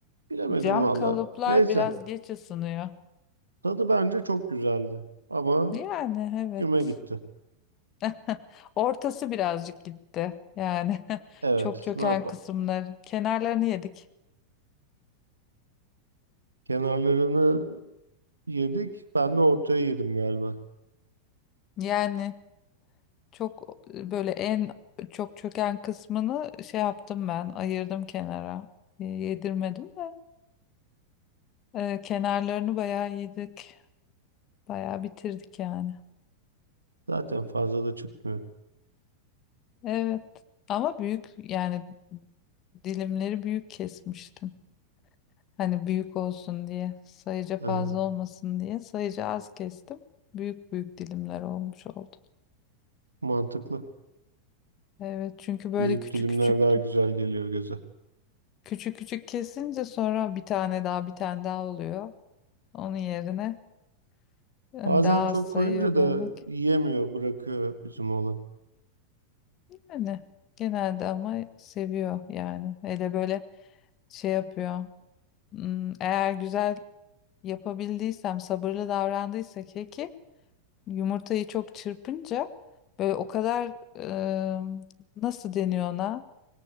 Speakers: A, on the right; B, on the left.
A: Bilemedim
B: Cam
A: valla.
B: kalıplar
A: Neyse.
B: biraz geç ısınıyor.
A: Tadı bence çok güzeldi. Ama
B: Yani evet.
A: güme gitti.
B: <laughs> Ortası birazcık gitti. Yani <laughs>
A: Evet.
B: çok çöken
A: Ne yapalım?
B: kısımlar. Kenarlarını yedik.
A: Kenarlarını yedik. Ben de ortaya yedim galiba.
B: Yani çok böyle en çok çöken kısmını şey yaptım ben. Ayırdım kenara. E, Yedirmedim de. e, kenarlarını bayağı yedik. Bayağı bitirdik yani.
A: Zaten fazla da çıkmıyor.
B: Evet. Ama büyük yani dilimleri büyük kesmiştim. Hani büyük olsun diye, sayıca
A: Ha,
B: fazla olmasın diye sayıca az kestim. Büyük büyük dilimler olmuş oldu.
A: mantıklı.
B: Evet çünkü böyle
A: Büyük
B: küçük
A: dilimler
B: küçük
A: daha güzel geliyor göze.
B: küçük küçük kesince sonra bir tane daha bir tane daha oluyor. Onun yerine hani
A: Bazen
B: daha
A: çok
B: az sayıya
A: koyunca da
B: bölmek.
A: yiyemiyor, bırakıyor bizim oğlan.
B: Yani genelde ama seviyor yani. Hele böyle şey yapıyor. Hmm, Eğer güzel yapabildiysem, sabırlı davrandıysa keki yumurtayı çok çırpınca böyle o kadar e, nasıl deniyor ona?